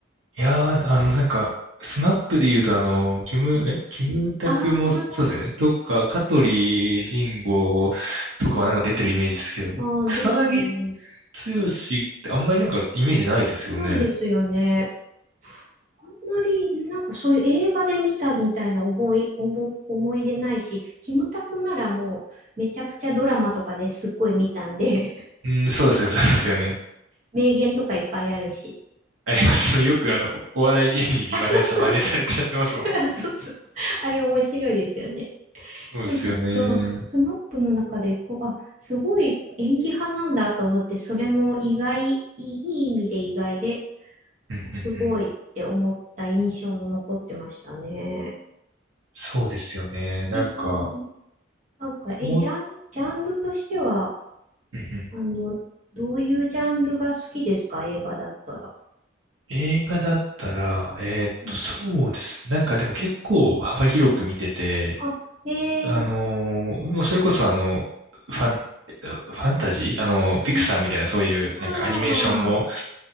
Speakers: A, on the right; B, on the right.
A: いやー、あの、なんか、スマップで言うと、あの、キム、
B: うん、
A: え、キムタクも、
B: ああ、キムタク。
A: そうですよね。とか、香取慎吾とかはなんか出てるイメージですけど、
B: ああ、
A: 草薙
B: ですよね。
A: 剛ってあんまりなんかイメージないですよね。
B: ないですよね。あんまり、なんかそういう映画で見たみたいな覚え、おぼ、思い出ないし、キムタクならもう、めちゃくちゃドラマとかですっごい見たんで <laughs>
A: うん、そうですね、そうですよね。
B: 名言とかいっぱいあるし。
A: あります。よくあの、お笑い芸人に真似さ、
B: あ、そうそう。
A: 真似されちゃってますもんね。
B: あ、そうそう。あれ面白いですよね。
A: そうですよね。
B: なんかそう、
A: うん
B: ススマップの中でこう、あ、すごい演技派なんだと思って、それも意外、いいいい意味で意外で、
A: うんうん。
B: すごいって思った印象も残ってましたね。
A: そうですよね。なんか、
B: え、そのなんか、え、
A: もう、
B: ジャン、ジャンルとしては、
A: うんうん
B: あの、どういうジャンルが好きですか映画だったら。
A: 映画だったら、えーっと、
B: うん
A: そうですね。なんかでも結構幅広く見てて、
B: あ、えー、
A: あのーもうそれこそあの、ファン、ファンタジーあの、ピクサーみたいなそういうなんかアニメーションも好
B: うんあ